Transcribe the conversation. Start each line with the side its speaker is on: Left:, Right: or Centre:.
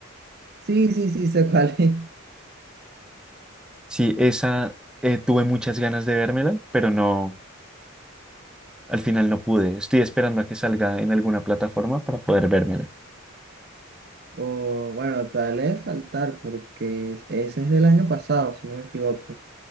Right: Sí, sí, sí, sé cuál es.
Centre: Sí, esa eh, tuve muchas ganas de vérmela, pero no, al final no pude. Estoy esperando a que salga en alguna plataforma para poder vérmela.
Right: O bueno, tal vez faltar porque ese es del año pasado, si no me equivoco.